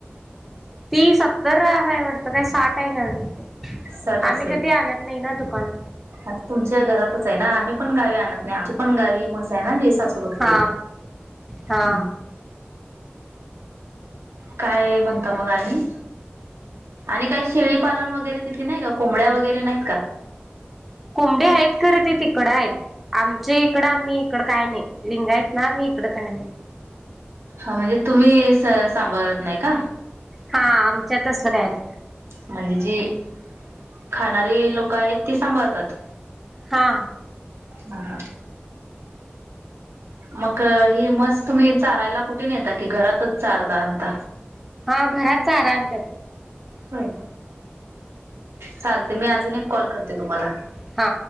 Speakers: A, in the centre; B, on the right.
A: ती सत्तर आहे वाढत काय साठ आहे का म्ह
B: साठ असेल
A: आम्ही कधी आणत नाही ना दुकानात
B: आता तुमच्या घरातच आहे ना आम्ही पण गावी आणत नाही आमची पण गावी म्हस आहे ना बघते
A: हा हा
B: हम्म. काय म्हणता मग आणि आणि काही शेळीपालन वगैरे तिथे नाही का कोंबड्या वगैरे नाहीत का
A: कोंबडी आहेत खरं ते तिकडं आहेत आमच्या इकडं आम्ही इकड काय नाही लिंगायत ना आम्ही इकड काय नाही
B: हा म्हणजे तुम्ही सांभाळत नाही का
A: हा आमच्यात असलं काय नाही
B: म्हणजे जी खाणारी लोक आहेत ती सांभाळतात
A: हा
B: हा मग हे म्हस तुम्ही चारायला कुठे न यता की घरातच चारता अता
A: हा घरात चारा आणत्यात
B: होय चालतयं मी अजून एक कॉल करते तुम्हाला
A: हा